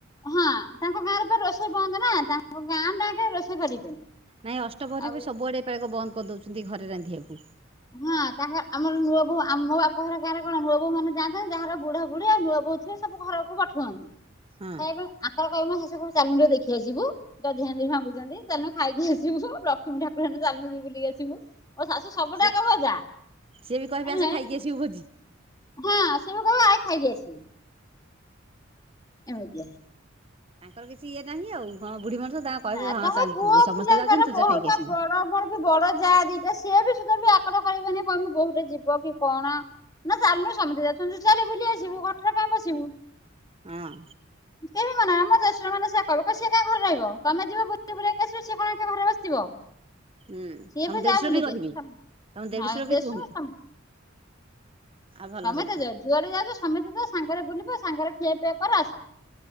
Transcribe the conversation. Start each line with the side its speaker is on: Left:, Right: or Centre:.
Left: ହଁ ଆ ତାଙ୍କ ଗାଁରେ ପା ରୋଷେଇ ବନ୍ଦ ନା ତାଙ୍କ ଗାଁ ଟା ଯାକେଁ ରୋଷେଇ କରିବେନି।
Right: ନାଇଁ ଅଷ୍ଟ ପହରି
Left: ଆଉ
Right: ବି ସବୁଆଡେ ଏପାକ ବନ୍ଦ କରି ଦଉଚନ୍ତି ଘରେ ରାନ୍ଧିଆକୁ।
Left: ହଁ ଆ ତାହା ଆମର ନୂଆ ବୋଉ ଆମ ବାପଘର ଗାଁରେ କଣ ନୂଆ ବୋଉ ମାନ ଯାଆନ୍ତି ଯାହାର ବୁଢା ବୁଢୀ ଆଉ ନୂଆ ବୋଉ ନାଇଁ ସବୁ ଘରକୁ ପଠାଅନ୍ତି।
Right: ହଁ
Left: <unintelligible> କଣ? ଆଙ୍କର କହିବେ ମୋ ଶାଶୁକୁ ଚାଲୁନୁ ରେ ଦେଖି ଆସିବୁ ଦଧି ହାଣ୍ଡି ଭାଙ୍ଗୁଚନ୍ତି ଚାଲୁନୁ ଖାଇକି ଆସିବୁ ଲ ର କ୍ଷ୍ମୀ ଠାକୁରାଣୀଙ୍କୁ ଚାଲୁନୁ ଯି ବୁଲଦେଇକି ଆସିବୁ। ମୋ ଶାଶୁ ସବୁଟାକ୍
Right: ସେ
Left: ଯା
Right: ସିଏ ବି କହିବେ
Left: ଆଁ ନେଇଁକି
Right: ଆସ ଖାଇକି ଆସିବୁ ଭୋଜି
Left: ହାଁ ସେବା କହିବେ ଆଇକି ଖାଇକି ଆସିିବୁ। ଏମିତିଆ।
Right: ଆଙ୍କର କିଛି ଇଏ ନାହିଁ ଆଉ ହଁ ବୁଢୀ ମଣିଷ ତାଙ୍କ କହିବେ
Left: ନା
Right: ହଁ
Left: ତମ
Right: ଚାଲ
Left: ପୁଅ
Right: ତୁ ସମସ୍ତେ
Left: ପିଲାଙ୍କର
Right: ଯାଉଛନ୍ତି ତୁ
Left: ବୋହୁତ
Right: ଯା ଖାଇକି ଆସିବୁ।
Left: ବଡ ବଡ ବଡ ଯାଆ ଦିଟା ସିଏ ବି ସୁଧା ବି ଆକଟ କରିବେନି କହିଁବେନି ବୋହୁଟା ଯିବ କି କଣ? ନା ଚାଲନୁ ସମତେ ଯାଉଛନ୍ତି ମୁଁ ଚାଲେ ବୁଲି ଆସିବୁ ଘରଟାରେ କାଇଁ ବସିବୁ।
Right: ଅଁ।
Left: କେବେ ମାନେ ଆମ ଦେଢଶୂର ମାନେ ସେଆ କହିବେ କହିବେ ସିଏ କାଇଁ ଘରେ ରହିବ? ତମେ ଯିବ ବୁଲି ବୁଲାକି ଆସିବ ସେ କଣ ଏକା ଘରେ ବସିଥିବ।
Right: ହୁଁ
Left: ସିଏ
Right: ତମ
Left: ବି
Right: ଦେଢଶୁର
Left: ଯାଉ ବୁଲିକି
Right: କହିବି
Left: ଆସୁ <unintelligible>
Right: ତମ ଦେଢଶୁର
Left: ହାଁ
Right: ବି
Left: ଦେଶୂ
Right: କୁହନ୍ତି
Left: ହଁ।
Right: ଆଉ ଭଲ
Left: ସମେତେ
Right: ସେମିତି।
Left: ଯାଅ ଯୁଆଡେ ଯାଉଚ ସମେତେ ଯାଅ ସାଙ୍ଗରେ ବୁଲିବ ସାଙ୍ଗରେ ଖିଆ ପିଆ କର ଆସ।